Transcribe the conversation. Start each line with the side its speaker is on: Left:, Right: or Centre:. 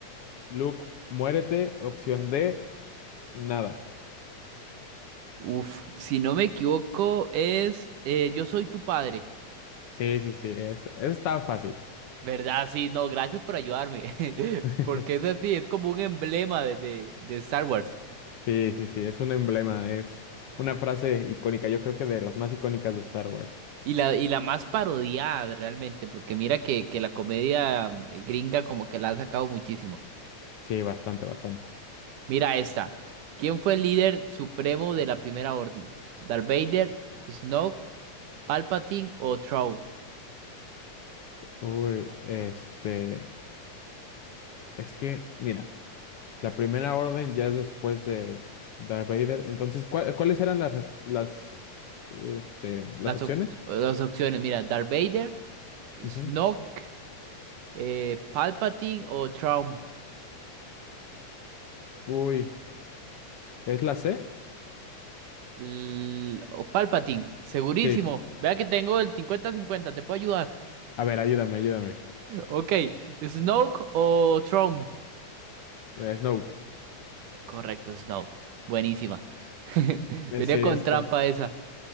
Left: Luke, muérete. Opción D, nada.
Right: Uf, si no me equivoco, es eh, Yo soy tu padre.
Left: Sí, sí, sí, es, está fácil.
Right: ¿Verdad? Sí, no, gracias por ayudarme. <laughs>
Left: <laughs>
Right: Porque es así, es como un emblema de, de, de Star Wars.
Left: Sí, sí, sí, es un emblema, es una frase icónica, yo creo que de las más icónicas de Star Wars.
Right: Y la, y la más parodiada realmente, porque mira que, que la comedia eh, gringa como que la ha sacado muchísimo.
Left: Sí, bastante, bastante.
Right: Mira esta. ¿Quién fue el líder supremo de la Primera Orden? ¿Darth Vader, Snoke, Palpatine o Thrawn?
Left: Uy, este... Es que, mira, la primera orden ya es después de Darth Vader. Entonces, ¿cuál- ¿cuáles eran las, res- las, este, las
Right: Las,
Left: opciones?
Right: op- las opciones, mira, Darth Vader, Snoke,
Left: Ujú.
Right: eh, Palpatine o Thrawn.
Left: Uy, ¿es la C?
Right: L- o Palpatine, segurísimo.
Left: Sí.
Right: Vea que tengo el cincuenta-cincuenta. te puedo ayudar.
Left: A ver, ayúdame, ayúdame.
Right: Ok, Snoke o Throne.
Left: Eh, Snoke.
Right: Correcto, Snoke. Buenísima. <laughs>
Left: Eh,
Right: Venía
Left: Sí, es
Right: con trampa
Left: que
Right: esa.